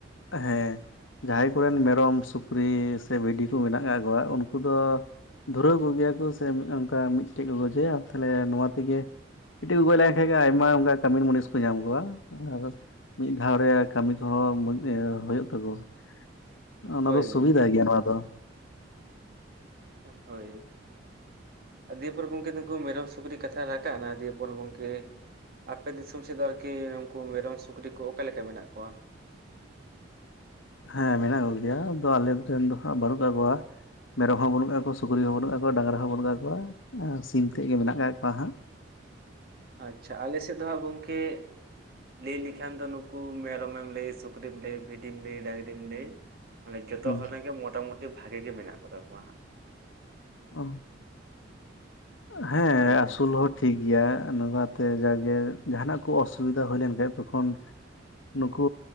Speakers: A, on the left; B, on the right.
A: ᱦᱮᱸ ᱾ ᱡᱟᱦᱟᱸᱭ ᱠᱚᱨᱮᱱ ᱢᱮᱨᱚᱢ ᱥᱩᱠᱨᱤ ᱥᱮ ᱵᱷᱤᱰᱤ ᱠᱚ ᱢᱮᱱᱟᱜ ᱟᱠᱟᱫ ᱠᱚᱣᱟ ᱩᱱᱠᱩ ᱫᱚ ᱫᱷᱩᱨᱟᱹᱣ ᱠᱚᱜᱮᱭᱟ ᱠᱚ ᱥᱮ ᱚᱱᱠᱟ ᱢᱤᱫᱴᱮᱡ ᱠᱚ ᱜᱚᱡᱮᱭᱟ ᱛᱟᱦᱞᱮ ᱱᱚᱣᱟ ᱛᱮᱜᱮ ᱢᱤᱫᱴᱮᱡ ᱠᱚ ᱜᱚᱡ ᱞᱮᱱᱠᱷᱟᱱ ᱜᱮ ᱟᱭᱢᱟ ᱚᱱᱠᱟ ᱠᱟᱹᱢᱤ ᱢᱩᱱᱤᱥ ᱠᱚ ᱧᱟᱢ ᱠᱚᱣᱟ ᱟᱨ ᱢᱤᱫ ᱫᱷᱟᱣ ᱨᱮ ᱠᱟᱹᱢᱤ ᱠᱚᱦᱚᱸ ᱦᱩᱭᱩᱜ ᱛᱟᱠᱚᱣᱟ ᱾ ᱚᱱᱟ
B: ᱦᱳᱭ
A: ᱫᱚ ᱥᱩᱵᱤᱫᱷᱟ
B: ᱜᱚᱝᱠᱮ
A: ᱜᱮᱭᱟ ᱱᱚᱣᱟ ᱫᱚ‌ ᱾
B: ᱦᱮᱸ ᱦᱳᱭ ᱾ ᱫᱤᱭᱮᱯᱚᱨ ᱜᱚᱢᱠᱮ ᱱᱩᱠᱩ ᱢᱮᱨᱚᱢ ᱥᱩᱠᱨᱤ ᱠᱟᱛᱷᱟ ᱨᱟᱠᱟᱵ ᱮᱱᱟ ᱫᱤᱭᱯᱚᱨ ᱜᱚᱢᱠᱮ ᱟᱯᱮ ᱫᱤᱥᱚᱢ ᱥᱮᱫ ᱫᱚ ᱟᱨᱠᱤ ᱱᱩᱠᱩ ᱢᱮᱨᱚᱢ ᱥᱩᱠᱨᱤ ᱠᱚ ᱚᱠᱟ ᱞᱮᱠᱟ ᱢᱮᱱᱟᱜ ᱠᱚᱣᱟ?
A: ᱦᱮᱸ ᱢᱮᱱᱟᱜ ᱠᱚᱜᱮᱭᱟ ᱟᱫᱚ ᱟᱞᱮ ᱱᱚᱛᱷᱮᱱ ᱫᱚ ᱦᱟᱸᱜ ᱵᱟᱹᱱᱩᱜ ᱠᱟᱜ ᱠᱚᱣᱟ ᱾ ᱢᱮᱨᱚᱢ ᱦᱚᱸ ᱵᱟᱹᱱᱩᱜ ᱟᱠᱟᱫ ᱠᱚᱣᱟ ᱥᱩᱠᱨᱤ ᱦᱚᱸ ᱵᱟᱹᱱᱩᱜ ᱠᱟᱫ ᱠᱚᱣᱟ ᱰᱟᱝᱨᱟ ᱦᱚᱸ ᱵᱟᱹᱱᱩᱜ ᱟᱠᱟᱫ ᱠᱚᱣᱟ ᱥᱤᱢ ᱛᱮᱫ ᱜᱮ ᱢᱮᱱᱟᱜ ᱟᱠᱟᱫ ᱠᱚᱣᱟ ᱦᱟᱸᱜ ᱾
B: ᱟᱪᱪᱷᱟ ᱟᱞᱮ ᱥᱮᱫ ᱫᱚ ᱦᱟᱸᱜ ᱜᱚᱢᱠᱮ ᱞᱟᱹᱭ ᱞᱮᱠᱷᱟᱱ ᱫᱚ ᱱᱩᱠᱩ ᱢᱮᱨᱚᱢᱮᱢ ᱞᱟᱹᱭ ᱥᱩᱠᱨᱤᱢ ᱞᱟᱹᱭ ᱵᱷᱤᱰᱤᱢ ᱞᱟᱹᱭ ᱰᱟᱝᱨᱤᱢ ᱞᱟᱹᱭ ᱢᱟᱱᱮ ᱡᱚᱛᱚ
A: ᱦᱩᱸ
B: ᱦᱚᱲ ᱨᱮᱱ ᱜᱮ ᱢᱚᱴᱟᱢᱩᱴᱤ ᱵᱷᱟᱜᱮ ᱜᱮ ᱢᱮᱱᱟᱜ ᱠᱚᱛᱟ ᱠᱚᱣᱟ ᱦᱟᱸᱜ
A: ᱚ ᱦᱮᱸ
B: ᱦᱳᱭ ᱜᱚᱝᱠᱮ
A: ᱟᱥᱩᱞ ᱦᱚᱲ ᱴᱷᱤᱠ ᱜᱮᱭᱟ ᱱᱚᱣᱟᱛᱮ ᱡᱟᱜᱮ ᱡᱟᱦᱟᱸᱱᱟᱜ ᱠᱚ ᱚᱥᱩᱵᱤᱫᱟ ᱦᱩᱭ ᱞᱮᱱ ᱠᱷᱟᱭ ᱛᱚᱠᱷᱚᱱ ᱱᱩᱠᱩ